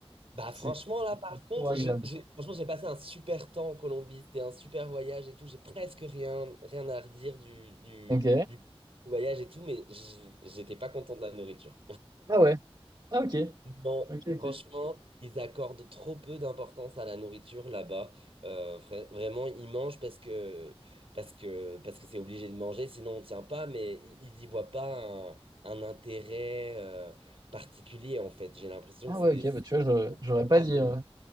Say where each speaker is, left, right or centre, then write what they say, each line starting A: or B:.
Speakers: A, on the right; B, on the right.
A: Bah franchement
B: c'est
A: là par
B: c'est
A: contre
B: trop agréable.
A: j'ai j'ai- franchement j'ai passé un super temps en Colombie c'était un super voyage et tout j'ai presque rien rien à redire du du,
B: Ok.
A: du voyage et tout mais j- j'étais pas content de la nourriture
B: Ah ouais. Ah ok.
A: non
B: Ok, ok.
A: franchement ils accordent trop peu d'importance à la nourriture là-bas Euh, vra- vraiment ils mangent parce que parce que parce que c'est obligé de manger sinon on tient pas mais i- ils y voient pas un, un intérêt euh, particulier en fait j'ai l'impression
B: Ah
A: que c'est
B: ouais,
A: des
B: ok, bah tu vois, je- j'aurais pas
A: ah
B: dit. euh,